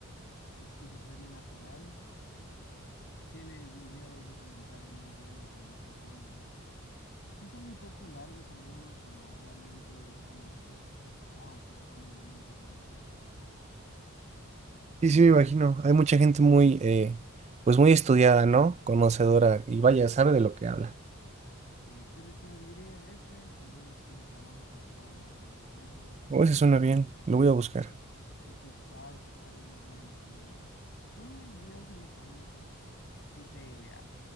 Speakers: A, on the left (about 55°); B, on the right (about 30°).
A: Esquizofrenia Natural. Eh, tiene videos documentales muy buenos y muy profundos. Sí son un poco largos algunos, pero realmente es como que, wow, te expanden la mente cuando los ves.
B: Sí, sí, me imagino. Hay mucha gente muy, eh, pues muy estudiada, ¿no? Conocedora y vaya, sabe de lo que habla.
A: Eh, te recomendaría ese, tal vez el robot de Platón, otro muy bueno.
B: Oh, eso suena bien, lo voy a buscar.
A: Eh, El Quetzal, Quetzal es muy bueno también. Son en videos en español, pero sí te, ah,